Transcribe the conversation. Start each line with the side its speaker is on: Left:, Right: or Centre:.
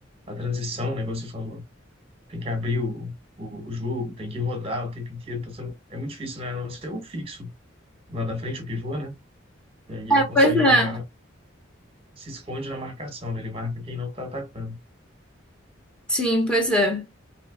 Right: A transição, né, igual você falou, tem que abrir o, o, o jogo, tem que rodar o tempo inteiro. tá sendo- É muito difícil, né? A não ser o fixo lá da frente, o pivô, né? E aí ele
Centre: É,
Right: consegue
Centre: pois é.
Right: jogar, se esconde na marcação, né? Ele marca quem não tá atacando.
Centre: Sim, pois é.